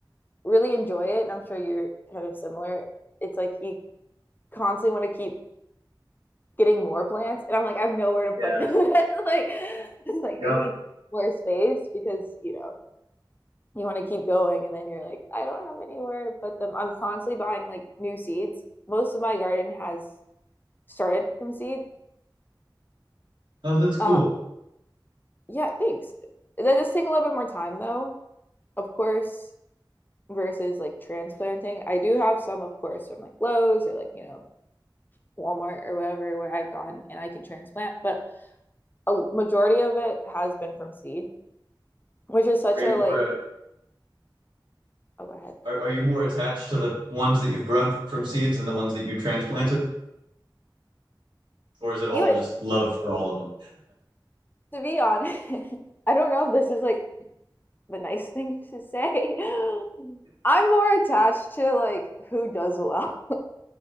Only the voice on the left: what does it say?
really enjoy it, and I'm sure you're kind of similar, it's like you constantly want to keep getting more plants and I'm like I have nowhere to put
them. <laughs> like like
I need more space because, you know, you want to keep going and then you're like I don't have anywhere to put them. I'm constantly buying like new seeds. Most of my garden has started from seed.
Um yeah, thanks. That does take a little bit more time though. Of course, versus like transplanting. I do have some, of course, from like Lowe's or like, you know, Walmart or whatever where I've gone and I can transplant, but a majority of it has been from seed. which is such
a
like
oh go ahead
you would
to be honest <laughs> i don't know if this is like the nice <laughs> thing to say <gasps> <laughs> i'm more attached to like who does well